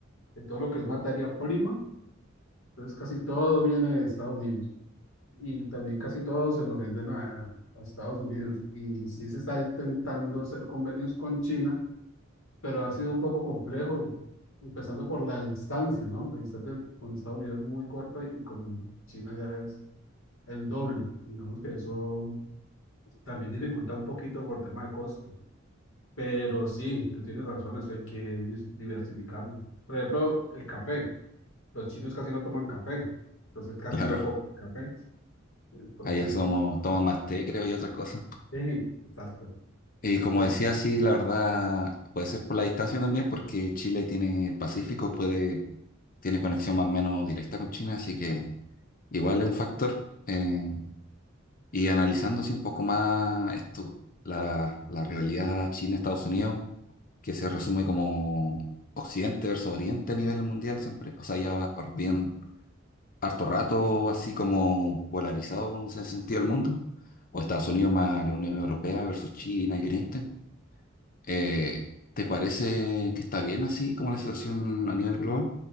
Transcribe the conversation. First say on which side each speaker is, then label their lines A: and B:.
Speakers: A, on the left; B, on the left.
A: de todo lo que es materia prima. Entonces casi todo viene de Estados Unidos y también casi todo se lo venden a, a Estados Unidos. Y sí se está intentando hacer convenios con China, pero ha sido un poco complejo, empezando por la distancia, ¿no? La distancia con Estados Unidos es muy corta y con China ya es el doble. Digamos que eso también dificulta un poquito por tema de costos. Pero sí, tú tienes razón, eso hay que dis- diversificarlo. Por ejemplo, el café. Los chinos casi no toman café, entonces casi
B: Claro,
A: no compran café. eh, Por
B: allá
A: ejemplo,
B: somos,
A: eso,
B: toman más té, creo, y otras cosas.
A: sí, exacto.
B: Y como
A: Entonces,
B: decía, sí, la verdad, puede ser por la distancia también, porque Chile tiene el Pacífico, puede, tiene conexión más o menos directa con China, así que igual es un factor. Eh, Y analizando así un poco más esto, la, la rivalidad China-Estados Unidos, que se resume como Occidente versus Oriente a nivel mundial siempre, o sea, ya va bien harto rato así como polarizado en ese sentido el mundo, o Estados Unidos más la Unión Europea versus China y Oriente. Eh, ¿te parece que está bien así como la situación a nivel global?